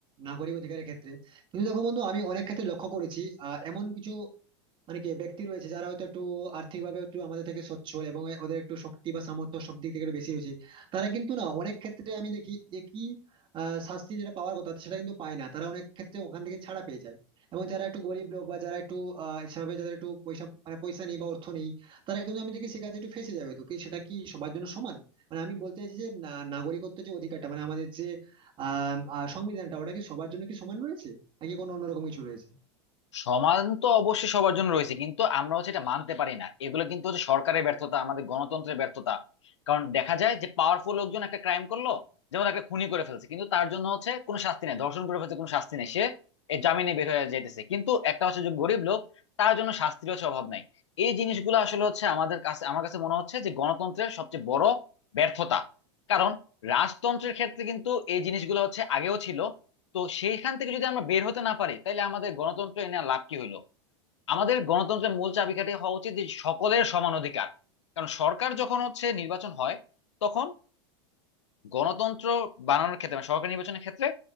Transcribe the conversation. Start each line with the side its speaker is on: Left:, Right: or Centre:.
Right: নাগরিক অধিকারের ক্ষেত্রে কিন্তু দেখো বন্ধু আমি অনেক ক্ষেত্রে লক্ষ্য করেছি আহ, এমন কিছু মানে কি ব্যক্তি রয়েছে যারা হয়তো একটু আর্থিকভাবে একটু আমাদের থেকে সচ্ছল এবং ওদের একটু শক্তি বা সামর্থ্য সব দিক থেকে একটু বেশি রয়েছে তারা কিন্তু না অনেক ক্ষেত্রে আমি দেখি একই আহ, শাস্তি যেটা পাওয়ার কথা সেটা কিন্তু পায় না তারা অনেক ক্ষেত্রে ওখান থেকে ছাড়া পেয়ে যায় এবং যারা একটু গরিব লোক বা যারা একটু আহ সেভাবে যাদের একটু পয়সা মানে পয়সা নেই বা অর্থ নেই তারা কিন্তু আমি দেখি সে কাজে একটু ফেঁসে যাবে তো কি সেটা কি সবার জন্য সমান মানে আমি বলতে চাইছি যে না নাগরিকত্ব যে অধিকারটা মানে আমাদের যে আহ আহ, সংবিধানটা ওটা কি সবার জন্য কি সমান রয়েছে নাকি কোনো অন্যরকম কিছু রয়েছে
Left: সমাধান তো অবশ্যই সবার জন্য রয়েছে কিন্তু আমরা হচ্ছে এটা মানতে পারি না এগুলো কিন্তু হচ্ছে সরকারের ব্যর্থতা আমাদের গণতন্ত্রের ব্যর্থতা কারণ দেখা যায় যে পাওয়ারফুল লোকজন একটা ক্রাইম করলো যেমন একটা খুনি করে ফেলছে কিন্তু তার জন্য হচ্ছে কোনো শাস্তি নেই ধর্ষণ করে ফেলছে কোনো শাস্তি নেই সে এর জামিনে বের হয়ে যেতেছে কিন্তু একটা হচ্ছে যে গরিব লোক তার জন্য শাস্তির হচ্ছে অভাব নাই এই জিনিসগুলো আসলে হচ্ছে আমাদের কাছে আমার কাছে মনে হচ্ছে যে গণতন্ত্রের সবচেয়ে বড় ব্যর্থতা কারণ রাজতন্ত্রের ক্ষেত্রে কিন্তু এই জিনিসগুলো হচ্ছে আগেও ছিল তো সেইখান থেকে যদি আমরা বের হতে না পারি তাহলে আমাদের গণতন্ত্র এনে আর লাভ কি হইলো আমাদের গণতন্ত্রের মূল চাবিকাঠি হওয়া উচিত যে সকলের সমান অধিকার কারণ সরকার যখন হচ্ছে নির্বাচন হয় তখন গণতন্ত্র বানানোর ক্ষেত্রে মানে সরকারি নির্বাচনের ক্ষেত্রে